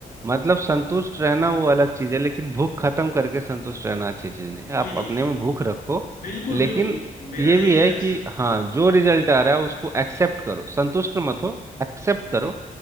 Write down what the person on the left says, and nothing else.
यही
बिल्कुल
बिल्कुल मेरा
यही
कंसर्न